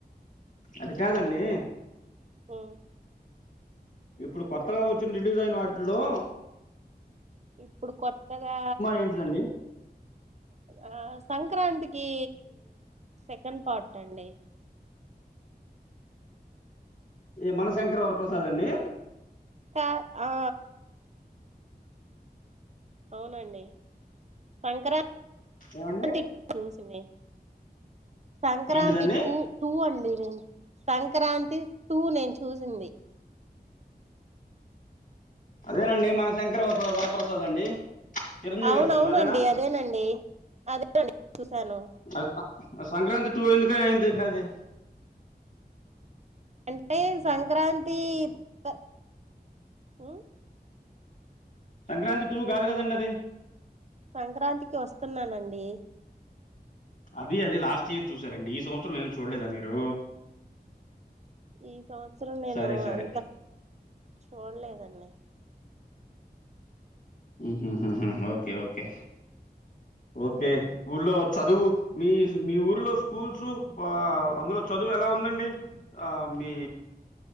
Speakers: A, on the left; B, on the right.
A: అది కాదండి
B: హ్మ్
A: ఇప్పుడు కొత్తగా వచ్చిన రిలీజ్ అయిన వాటిలో
B: ఇప్పుడు కొత్తగా
A: ఏంటిదండి?
B: ఆ సంక్రాంతికి సెకండ్ పార్ట్ అండి
A: ఈ మనశంకరవరప్రసాద్ అండి
B: సా ఆ అవునండి సంక్రాంతి
A: ఏవండి?
B: చూసింది సంక్రాంతి
A: ఏంటిదండి
B: టూ టూ అండి నేన్ సంక్రాంతి టూ నేన్ చూసింది
A: అదేనండి మన శంకర్ వరప్రసాద్ అండి చిరంజీవి
B: అవునవునండి
A: గారి సినిమా అదేనా
B: అదేనండి అదే చూసాను
A: ఆ ఆ ఆ సంక్రాంతి టూ ఎందుక అయిందండి అది
B: అంటే సంక్రాంతి త ఉమ్
A: సంక్రాంతి టూ కాదు కదండి అది
B: సంక్రాంతికి వస్తున్నానండి
A: అది అది లాస్ట్ ఇయర్ చూసారండి ఈ సంవత్సరం ఏమి చూడలేదా మీరు
B: ఈ సంవత్సరం నేను
A: సరే సరే
B: అంత చూడ్లేదండి
A: ఉహుహు ఓకే ఓకే ఓకే
B: ఉమ్,
A: ఊళ్ళో చదువు మీ మీ ఊరిలో స్కూల్స్ ఆ అందులో చదువు ఎలా ఉందండి ఆ మీ